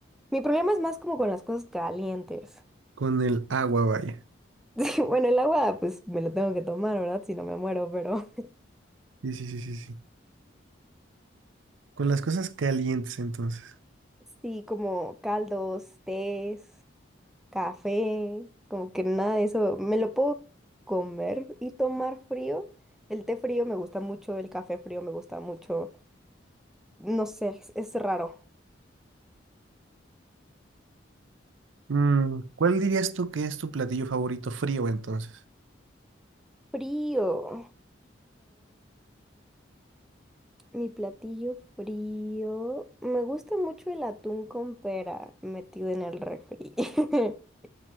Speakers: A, in the centre; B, on the right.
A: Mi problema es más como con las cosas calientes. <laughs>
B: Con el agua, vaya.
A: Sí, bueno, el agua, pues me lo tengo que tomar, ¿verdad? Si no me muero, pero
B: Sí, sí, sí, sí, sí. Con las cosas calientes, entonces.
A: <laughs> sí, como caldos, tés, café, como que nada de eso. Me lo puedo comer y tomar frío. El té frío me gusta mucho, el café frío me gusta mucho. No sé, es, es raro.
B: Mm, ¿cuál dirías tú que es tu platillo favorito frío, entonces?
A: Frío. Mi platillo frío. Me gusta mucho el atún con pera metido en el refri. <laughs>